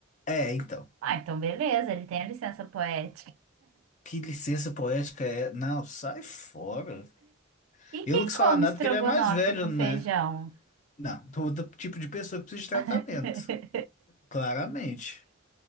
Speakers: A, on the left; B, on the right.
A: É, então.
B: Ah, então beleza, ele tem a licença poética.
A: Que licença poética é? Não, sai fora.
B: E quem
A: Eu não quis
B: come
A: falar nada
B: estrogonofe
A: porque ele é mais velho,
B: com
A: né?
B: feijão?
A: Não, todo tipo de pessoa que precisa de tratamento.
B: <laughs>
A: Claramente.